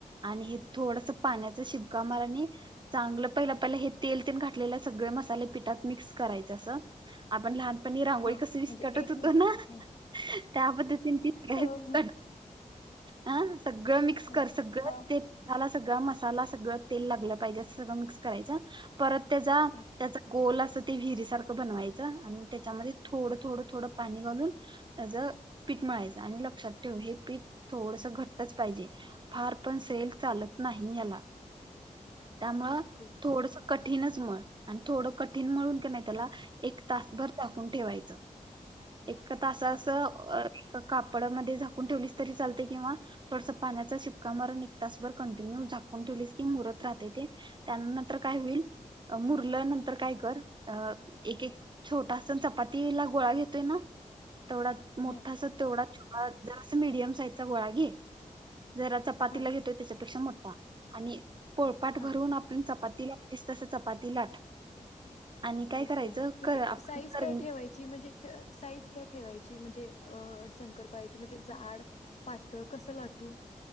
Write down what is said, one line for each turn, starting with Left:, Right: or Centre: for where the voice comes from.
Right: आणि हे थोडसं पाण्याचा शिपका मार आणि चांगलं पहिलं-पहिलं हे तेल ते घातलेले, सगळे मसाले पिठात मिक्स करायचं असं, आपण लहान मी रांगोळी
Left: हां
Right: कसं विस्कटत
Left: म्हणजे एक
Right: होतो
Left: मिक्स
Right: ना,
Left: हां
Right: त्या पद्धतीने ती
Left: हो हो
Right: तट आं सगळं मिक्स
Left: हां
Right: कर, सगळं
Left: हां
Right: ते झालास सगळा मसाला, सगळं तेल लागलं पाहिजे, अस सगळं मिक्स करायचं, परत त्याचा,
Left: ओके
Right: त्याचा गोल असं ते विहिरी सारखं बनवायचं, आणि त्याच्यामध्ये थोडं थोडं थोडं पाणी घालून, त्याचं पीठ मळायचं आणि लक्षात ठेव, हे पीठ थोडसं घट्ट <unintelligible> पाहिजे, फार पण सेल चालत नाही याला. त्यामुळं
Left: ओके
Right: थोडसं कठीणच मळ आणि थोडं कठीण मळून कि नाय त्याला,
Left: हां
Right: एक तासभर टाकून ठेवायचं. एक्क तास
Left: हां
Right: असं <unintelligible> अ कापडामध्ये झाकून ठेवलीस तरी चालते किंवा थोडसं पाण्याचा शिपका मारून एक तासभर कणिक मळून झाकून ठेवलीस कि, मुरत राहते ते, त्यानंतर काय होईल, अ मुरल्या नंतर काय कर, अं एक-एक छोटासा चपातीला गोळा घे ते ना तेवढा, मोठासा,
Left: हां
Right: तेवढाच छो मग जरासा मीडियम साईजचा गोळा घे. जराचं चपाती
Left: हां,
Right: ला घेतो, त्याच्यापेक्षा मो हां आणि पोळपाट
Left: हां.
Right: भरून आपली चपाती लाटतीस तस, चपाती लाट आणि काय
Left: ओके,
Right: करायचं
Left: म्हणजे
Right: कर आपण
Left: साईज
Right: कर
Left: काय ठेवायची? म्हणजे साईज काय ठेवायची? म्हणजे अ शंकरपाळीची, म्हणजे जाड, पातळ, म्हणजे कसं लाटू?